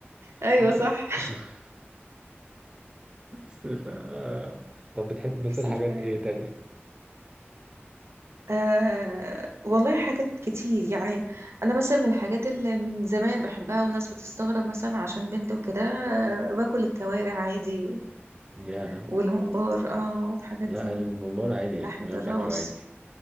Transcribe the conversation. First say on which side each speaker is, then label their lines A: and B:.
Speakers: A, on the right (about 80°); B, on the right (about 20°).
A: <laughs> ايوه
B: بس
A: صح
B: <laughs> بس ف آه. طب بتحب
A: نفس
B: مثلا حاجات
A: الكلام
B: ايه تاني
A: آه والله حاجات كتير يعني انا مثلا من الحاجات اللي من زمان بحبها والناس بتستغرب مثلا عشان بنت وكده آه، باكل الكوارع عادي
B: ياه
A: والممبار اه والحاجات
B: لا
A: دي
B: أنا الممبار عادي يعني
A: لحمة
B: كلنا
A: الراس
B: بناكله عادي